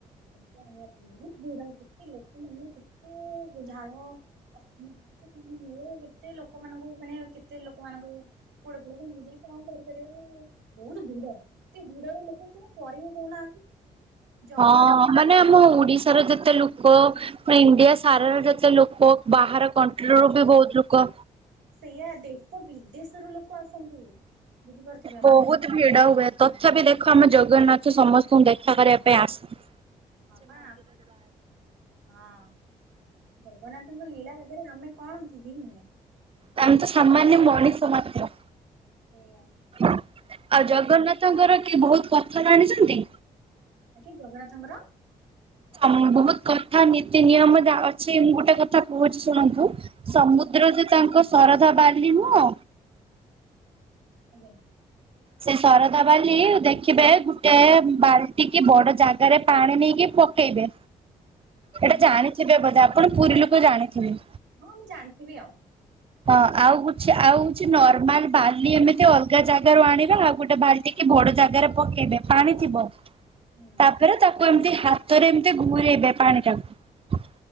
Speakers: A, on the right; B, on the right.
A: ଆା ଆଜା ବହୁତ ଭିଡ କେତେ ଲୋକମାନେ କେତେ ଝାଳ ହୁଏ କେତେ ଲୋକମାନାନଙ୍କୁ ମାନେ କେତେ ଲୋକ ମଙ୍କୁ ପୋଡୋଡ ହ କଣ କରିପାରିବା ବହୁତ ଭିଡ ଏତେ ଭିଡର ଲୋକ କଣ ସରିବ କହୁନାହାନ୍ତି। ଜଗନ୍ନାଥଙ୍କୁ
B: ହଁ ମାନେ ଆମ ଓଡ଼ିଶାର ଯେତେ ଲୋକ ପ ଇଣ୍ଡିଆ ସାରର ଯେତେ ଲୋକ ବାହାର କଣ୍ଟ୍ରି ରୁ ବି ବହୁତ ଲୋକ
A: ସେଇଆା ଦେଶ ବିଦେଶରୁ ଲୋକ ଆସନ୍ତି ବୁଝିପାରୁଥିବେ ଆପଣ।
B: ବହୁତ ଭିଡ ହୁଏ ତଥାପି ଦେଖ ଆମେ ଜ ଜଗନ୍ନାଥ ସମସ୍ତଙ୍କୁ ଦେଖା କରିବା ପାଇଁ ଆସ
A: ହଁ ପା ହଁ ଜଗନ୍ନାଥ ତମ ଲୀଳା ଆଗରେ ଆମେ କଣ ହ ନୁହ୍ନେ।
B: ଆମେ ତ ସାମାନ୍ୟ ମଣିଷ ମାତ୍ର।
A: ସେଇଆ
B: ଆଉ ଜଗନ୍ନାଥଙ୍କର ବହୁତ କଥା ଜାଣିଛନ୍ତି?
A: ଆଜ୍ଞ୍ୟା ଜଗନ୍ନାଥଙ୍କର?
B: ହ ବହୁତ କଥା ନୀତି ନିୟମ ଯ ଅଛି ମୁଁ ଗୋଟେ କଥା କହୁଛି ଶୁଣନ୍ତୁ। ସମୁଦ୍ର
A: ଆଜ୍ଞା
B: ଯେ ତାଙ୍କ। ଶରଧା ବାଲି ନୁଃ।
A: <inaudible>
B: ସେ ଶରଧା ବାଲି ଦେଖିବେ ଗୋଟେ ବାଲ୍ଟି କି ବଡ ଜାଗାରେ ପାଣି ନେଇକି ପକେଇବେ ଏଟା
A: ହୁଁ
B: ଜାଣିଛେ ବଧେ ଆ ଆପଣ ପୁରୀ ଲୋକ ଜାଣିଥିବେ?
A: ହଁ ମୁଁ ଜାଣିଥିବି ଆଉ।
B: ହଁ ଆଉଛି ଆଉ ହଛି ନର୍ମାଲ ବାଲି ଏମିତି ଅଲଗା ଜାଗାରୁ ଆଣିବେ ଆଉ ଗୋଟେ ବାଲଟିେ ବଡ ଜାଗାରେ ପକେଇବେ ପାଣି ଥିବ।
A: ହୁଁ।
B: ତାପରେ ତାପ ଏମିତି ହାତରେ ଏମିତି ଘୁରେଇବେ ପାଣି ଟାକୁ